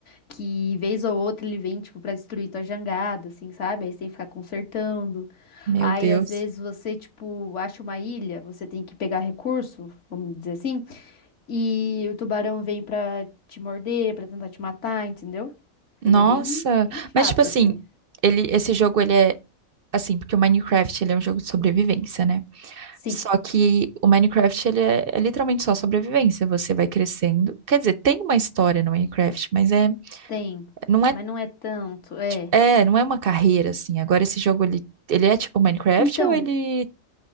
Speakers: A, on the left (about 60°); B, on the right (about 55°).
A: que vez ou outra ele vem, tipo, pra destruir tua jangada, assim, sabe? Aí você tem que ficar consertando.
B: Meu
A: Aí,
B: Deus.
A: às vezes, você, tipo, acha uma ilha, você tem que pegar recurso, vamos dizer assim, e o tubarão vem pra te morder, pra tentar te matar, entendeu?
B: Nossa,
A: Ele é bem, bem chato,
B: mas tipo assim,
A: assim.
B: ele esse jogo ele é assim, porque o Minecraft ele é um jogo de sobrevivência, né?
A: Sim,
B: Só que o Minecraft ele é, é literalmente só sobrevivência, você vai crescendo. Quer dizer, tem uma história no Minecraft, mas é
A: tem,
B: não é
A: mas não é tanto, é.
B: é, não é uma carreira assim. Agora esse jogo ele ele é tipo Minecraft
A: Então,
B: ou ele